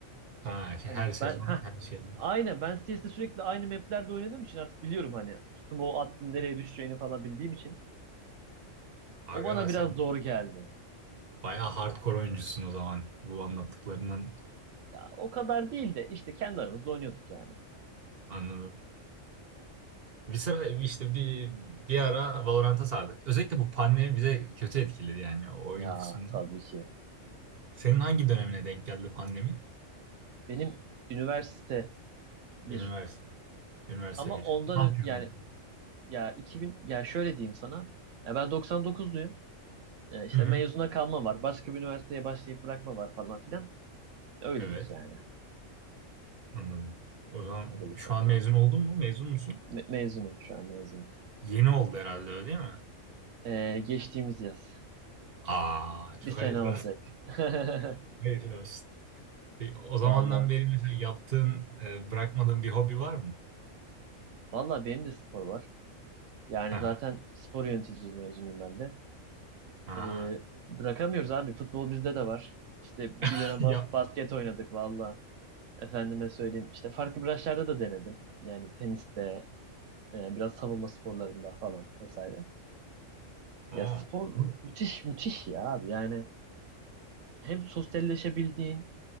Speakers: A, on the right; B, on the right.
A: Ha, şey-
B: Hani
A: her sezon
B: ben ha
A: her şey.
B: aynen ben CS'de sürekli aynı maplerde oynadığım için artık biliyorum hani üstüme o attığın nereye düşeceğini falan bildiğim için
A: Aga
B: o bana biraz
A: sen
B: zor geldi.
A: bayağı hardcore oyuncusun o zaman. Bu anlattıklarından
B: Ya o kadar değil de işte kendi aramızda oynuyorduk yani.
A: anladım. Bir sıra işte bir bir ara Valorant'a sardık. Özellikle bu pandemi bize kötü etkiledi yani o oyun
B: Ya
A: kısmını.
B: tabii ki.
A: Senin hangi dönemine denk geldi pandemi?
B: Benim üniversite bir.
A: Üniversite. Üniversite
B: Ama
A: bir.
B: ondan
A: Ne
B: ön-
A: yapıyordun?
B: yani ya 2000 yani şöyle diyeyim sana. Ya ben 99'luyum. E, işte
A: Hı hı.
B: mezuna kalma var. Başka bir üniversiteye başlayıp bırakma var falan filan. Öylelik
A: Evet.
B: yani.
A: Anladım. O zaman
B: Öylelik
A: şu
B: denk
A: an
B: geldi.
A: mezun oldun mu? Mezun musun?
B: Me- mezunum şu an mezunum.
A: Yeni oldu herhalde öyle değil mi?
B: E, geçtiğimiz yaz.
A: Aa çok
B: Bir sene
A: hayırlı
B: olacak.
A: olsun.
B: <laughs>
A: <laughs> Hayırlı olsun. Peki, O zamandan
B: Valla.
A: beri mesela yaptığın, e, bırakmadığın bir hobi var mı?
B: Valla benim de spor var. Yani
A: Aha.
B: zaten spor yöneticiliği mezunuyum ben de.
A: Aha.
B: Ee, bırakamıyoruz abi. Futbol bizde de var. İşte
A: <laughs>
B: bir dönem
A: Yap.
B: bas basket oynadık valla. Efendime söyleyeyim. İşte farklı branşlarda da denedim. Yani teniste, e, biraz savunma sporlarında falan vesaire.
A: Aa.
B: Ya spor
A: Bu-
B: müthiş müthiş ya abi. Yani hem sosyalleşebildiğin,